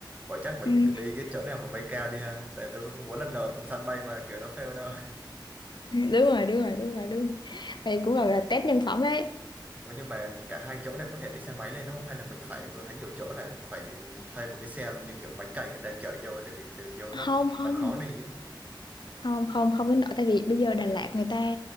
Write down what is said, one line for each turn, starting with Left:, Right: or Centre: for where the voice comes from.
Right: Vậy chắc mình
Left: Ừ.
Right: cứ đi cái chỗ nào mà mây cao đi ha. Tại tôi cũng không muốn lần đầu săn mây mà kiểu nó fail đâu.
Left: đúng rồi đúng rồi đúng rồi đúng rồi đây cũng là, là test nhân phẩm đấy
Right: Ủa nhưng mà cả hai chỗ đều có thể đi xe máy lên đúng không? Hay là mình phải, tôi thấy nhiều chỗ là phải thuê một cái xe như kiểu máy cày người ta chở vô tại vì đường vô nó
Left: không không
Right: nó khó đi ấy.
Left: không không không đến nỗi tại vì bây giờ Đà Lạt người ta